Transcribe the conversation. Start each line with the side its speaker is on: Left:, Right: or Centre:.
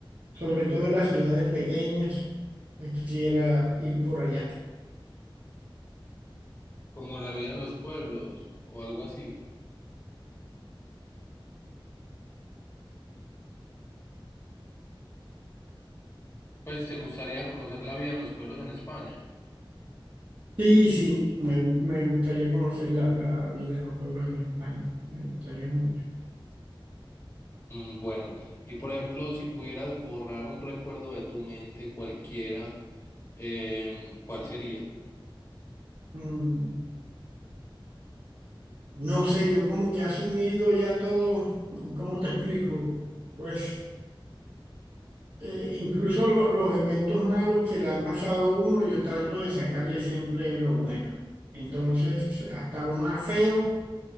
Right: sobre todo en las ciudades pequeñas. Pues Quisiera ir por allá.
Left: Como la vida en los pueblos o algo así. Pues te gustaría conocer la vida en los pueblos en España.
Right: Sí, sí, me, me gustaría conocer la, la vida en los pueblos en España. Me gustaría mucho.
Left: Mm, bueno, y por ejemplo, si pudieras borrar un recuerdo de tu mente cualquiera, em, ¿cuál sería?
Right: Mm, No sé, yo como que he asumido ya todo, ¿no? ¿cómo te explico? Pues eh, incluso lo- los eventos malos que le han pasado a uno, yo trato de sacarle siempre lo bueno. Entonces, hasta lo más feo,